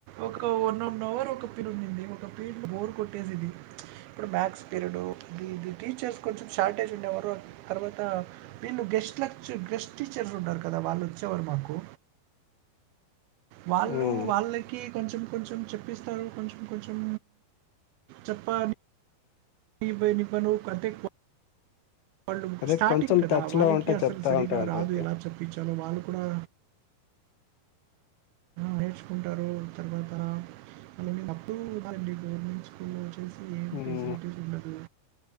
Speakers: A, on the right; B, on the left.
A: ఒక వన్ వన్ అవర్ ఒక పీరిడ్ ఉందింది ఒక పీరియడ్ బోర్ కొట్టేసిది ఇప్పుడు మ్యాథ్స్ పీరియడ్ ఇది ఇది టీచర్స్ కొంచెం షార్టేజ్ ఉండేవారు తర్వాత వీళ్ళు గెస్ట్ లెక్చ్ గెస్ట్ టీచర్స్ ఉన్నారు కదా వాళ్ళు వచ్చేవారు మాకు వాళ్లు
B: ఉమ్.
A: వాళ్ళకి కొంచెం కొంచెం చెప్పిస్తారు కొంచెం కొంచెం చెప్పాలి ఇవనిపను కంటెట్ పా వాళ్ళు
B: అదే
A: స్టార్టింగ్
B: కొంచెం
A: కదా
B: టచ్
A: వాళ్ళకి
B: లో ఉంటే
A: అసలు
B: చెప్తా
A: సరిగా
B: ఉంటా ఉంటారండి
A: రాదు ఎలా చెప్పించాలో వాళ్ళు కూడా నేర్చుకుంటారు తర్వాత అ అప్పుడు గవర్నమెంట్ స్కూల్ తెలిసి ఏం
B: ఉమ్,
A: ఫెసిలిటీస్ ఉండదు